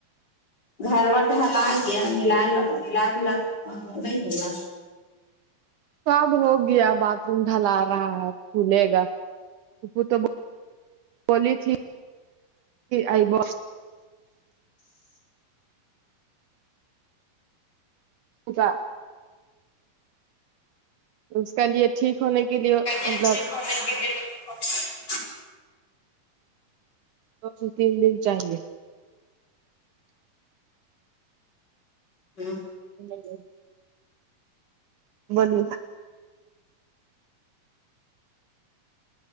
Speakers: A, on the left (about 30°); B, on the right (about 70°).
A: گھر وٹ ہلا گیا ملا ل ملا دلا نہیں ہوا
B: تو اب ہو گیا باتھ روم ڈھل رہا ہے کھلے گاپو تو بولی تھی آئی ب اچا اس کا لیے ٹھیک ہونے کے لیے
A: ب
B: مطلب
A: کے لی <unintelligible>
B: س تین دن چاہیے <unintelligible>
A: ہوں
B: جی <unintelligible> بول <unintelligible>